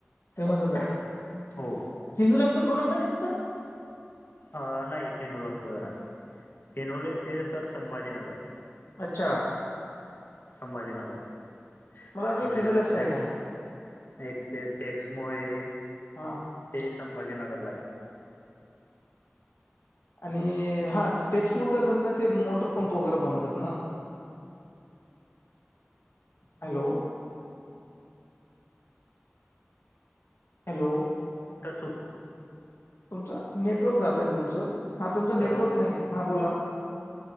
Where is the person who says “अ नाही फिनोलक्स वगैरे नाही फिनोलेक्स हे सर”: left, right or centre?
Left